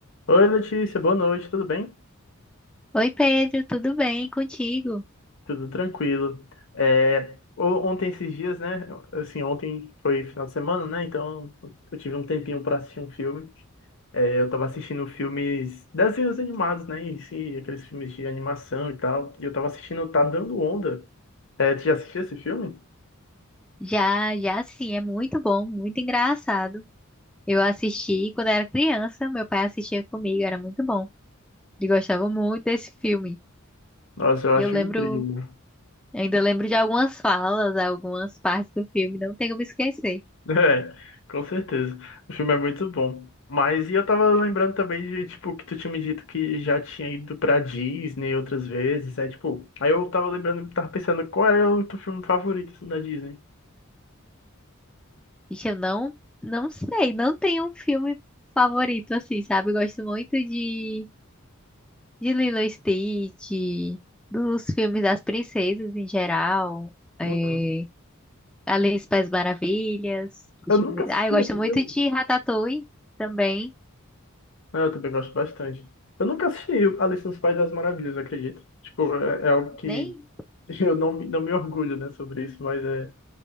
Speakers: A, on the left (about 60°); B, in the centre.
A: Oi, Letícia, boa noite, tudo bem?
B: Oi Pedro, tudo bem contigo?
A: Tudo tranquilo. É, o- ontem, esses dias, né? Assim, ontem foi final de semana, né? Então eu tive um tempinho para assistir um filme. É, eu tava assistindo filmes, desenhos animados, né? E, sim, aqueles filmes de animação e tal. E eu tava assistindo Tá Dando Onda. É, tu já assistiu esse filme?
B: Já, já sim, é muito bom, muito engraçado. Eu assisti quando era criança, meu pai assistia comigo, era muito bom. Ele gostava muito desse filme.
A: Nossa, eu acho
B: Eu lembro,
A: incrível.
B: ainda lembro de algumas falas, algumas partes do filme, não tenho como esquecer.
A: <laughs> É, com certeza. O filme é muito bom. Mas e eu tava lembrando também de, tipo, que tu tinha me dito que já tinha ido pra Disney outras vezes, é tipo, aí eu tava lembrando, tava pensando qual era o teu filme favorito assim, da Disney.
B: Ixi, eu não, não sei, não tenho um filme favorito assim, sabe? Eu gosto muito de, de Lilo e Stitch, dos filmes das princesas em geral. é,
A: Uhum.
B: Alice País Maravilhas. Deixa
A: Eu nunca
B: eu ver.
A: assisti
B: Ah, eu gosto
A: esse
B: muito
A: filme.
B: de Ratatouille também.
A: Ah, eu também gosto bastante. Eu nunca assisti Alice no País das Maravilhas, acredito. Tipo, é, é algo que
B: Nem.
A: <laughs> eu não, me- não me orgulho, né, sobre isso, mas é,